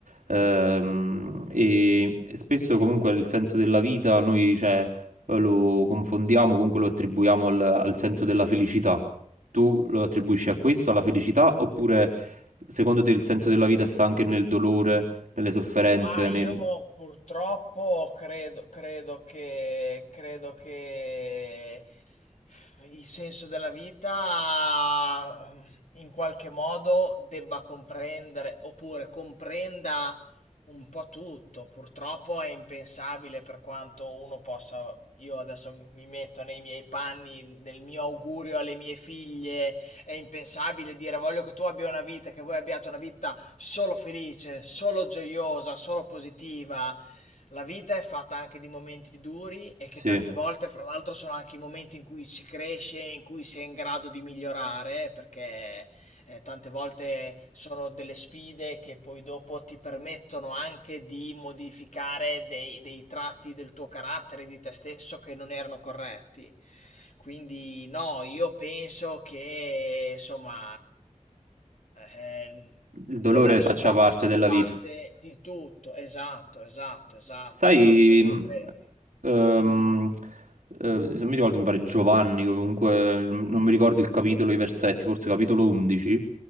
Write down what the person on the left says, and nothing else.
Ma io
purtroppo credo, credo che, credo che il senso della vita eh, in qualche modo debba comprendere oppure comprenda un po' tutto. Purtroppo è impensabile per quanto uno possa. Io adesso mi metto nei miei panni, nel mio augurio alle mie figlie. È impensabile dire voglio che tu abbia una vita, che voi abbiate una vita solo felice, solo gioiosa, solo positiva. La vita è fatta anche di momenti duri e che
tante volte, fra l'altro, sono anche i momenti in cui si cresce, in cui si è in grado di migliorare, perché eh, tante volte sono delle sfide che poi dopo ti permettono anche di modificare dei, dei tratti del tuo carattere, di te stesso che non erano corretti. Quindi no, io penso che insomma eh,
della vita
facciano
parte
di tutto. Esatto, esatto, esatto,
esatto. Io
credo.
Dimmi, dimmi.